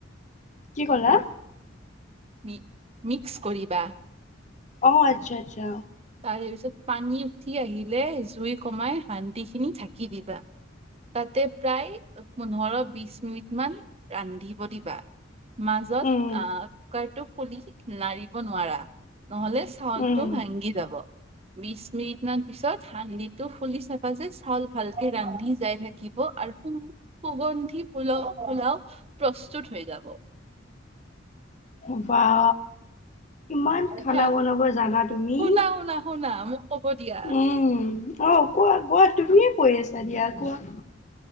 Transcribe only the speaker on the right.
মি মিক্স কৰিবা ।
তাৰে পিছত পানী উঠি আহি - আহিলে জুই কমাই শান্তি খিনি ঢাকি দিবা । তাতে প্ৰায় । পোন্ধৰ, বিশ মিনিট মান ৰান্ধি - অ দিবা মাজত
আহ কুকাৰটো ফুলি লাৰিব নোৱাৰা নহলে চাউলটো
ভাংগি বিশ মিনিট মান পিছত হান্দিটো খুলি চাবা যে চাউল ভালকে ৰান্ধি যাই থাকিব আৰু সু-সুগন্ধি পু-পোলাও প্ৰস্তুত হৈ যাব ।
হে
শুনা শুনা শুনা মোক ক'ব দিয়া।